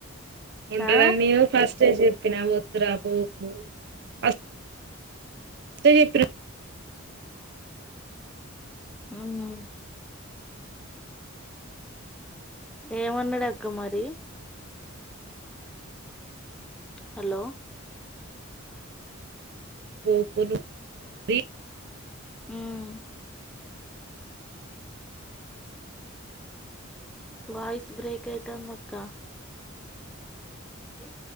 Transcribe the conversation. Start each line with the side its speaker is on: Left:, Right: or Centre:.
Right: ఉండదు
Centre: ఆ?
Right: అని నేను ఫస్టే జెప్పినా వద్దురా పోకు అసల్ ఫస్టే జెప్పినా
Centre: అవునా ఏమన్నాడక్కా మరి హలో
Right: పో కొను బీ
Centre: ఉమ్ వాయిస్ బ్రేక్ అయితందక్క ఏయ్